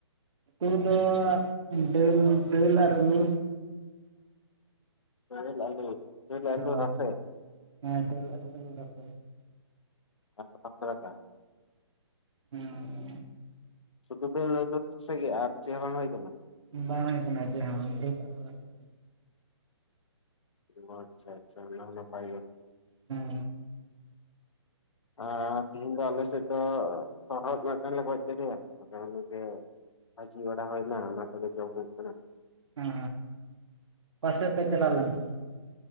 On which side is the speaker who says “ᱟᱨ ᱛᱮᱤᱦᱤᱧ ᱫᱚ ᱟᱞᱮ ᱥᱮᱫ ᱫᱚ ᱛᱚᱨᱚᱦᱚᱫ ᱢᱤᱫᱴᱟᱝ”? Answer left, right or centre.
Left